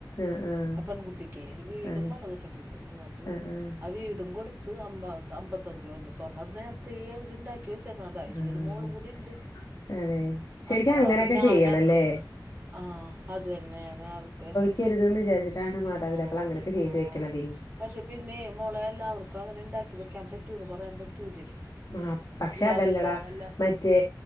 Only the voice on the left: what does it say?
ആഹ്
ആഹ്
അതെ
ആഹ് ആഹ്
ആഹ്
അതെ ശരിക്കും
അങ്ങനെയൊക്കെ
ചെയ്യണല്ലേ
ക്കരുതെന്ന് വിചരിച്ചിട്ടാണ് മാതാപിതാക്കള്
അങ്ങനൊക്കെ ചെയ്ത്
വെക്കണതെ
ആഹ പക്ഷെ
അതെല്ലടാ മ
മറ്റേ